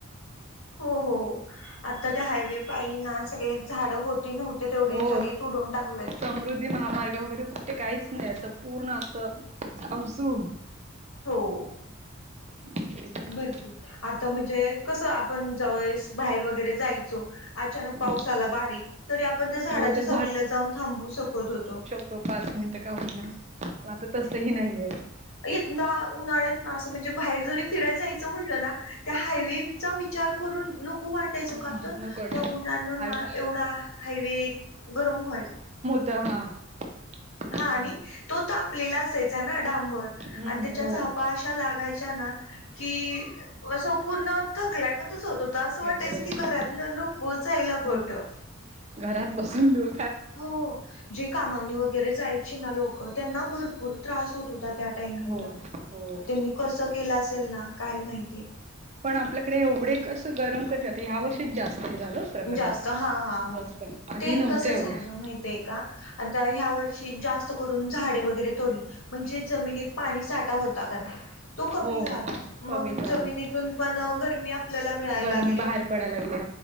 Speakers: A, on the left; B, on the right.
A: हो. हो.. आता ते हायवे पाहिले ना. सगळे झाड होते नव्हती. तेवढी
B: हो.
A: सगळी तोडून टाकलेत
B: समृद्धी महामार्ग वगैरे. कुठे? काहीच नाही. असं पूर्ण असं सामसूम.
A: हो.
B: तेच तर.
A: भरपूर आता म्हणजे कसं? आपण जवळस बाहेर वगैरे जायचो. अचानक
B: हम्म
A: पाऊस आला. बारीक तरी आपण, त्या झाडाच्या
B: हो तरी
A: सावलीला जाऊन थांबू शकत होतो.
B: तो पाच मिनिटं का? होईना पण आता तसही नाहीये.
A: येतना उन्हाळ्यात ना असं म्हणजे बाहेर जरी फिराय जायचं म्हटलं ना त्या हायवेचा विचार करून नको वाट त्ययच
B: हा
A: कात त्या
B: नको वाटत.
A: उनड
B: हायवे
A: ना एवढा हायवे गरम व्हायच
B: ता हा. त्याच्यामुळे
A: हा आणि तो तापलेला असायचा ना, डांबर
B: हम्म
A: आणि त्याच्या
B: हो
A: झापा अशा लाग <unintelligible> की असं पूर्ण थकल्यागत तसंच होत. होतं. असं
B: ठेवतो
A: वाटायचं
B: बरोबर
A: की, घरात न नको जायला कोठं?
B: नकोच घरात बसून देऊ.
A: हो जी कामा वणी वगैरे जायची ना लोक त्यांना भरपूर त्रास होत, होता, त्या टायमिंगला
B: हो हो
A: त्यांनी. कसं? केलं असेल ना, काही माहिती?
B: पण आपल्याकडे एवढे कस गरम कधी आता ह्या वर्षीच जास्त हे झालं. प्रकरण
A: जास्त हा. हा. हा.
B: जास्त आधी
A: ते
B: नव्हतं
A: कसं?
B: एवढं
A: झालं माहितय. का? आता ह्या वर्षी, जास्त करून झाडे वगैरे तोडली. म्हणजे जमिनीत पाणी साठा होता का नाही, तो कमी
B: हो
A: झाला‌.
B: हो कमी
A: मग
B: झाला
A: जमिनीतून पण गरमी आपल्याला मिळायला
B: गरमी
A: लागली
B: बाहेर पडायला लागली